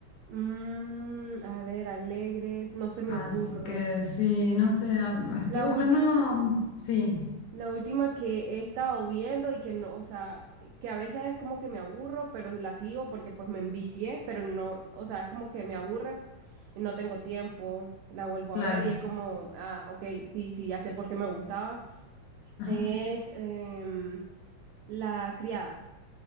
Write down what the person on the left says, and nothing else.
Así
que sí, no sé, am- estoy
buscando,
mm, sí,
claro.
Ajá.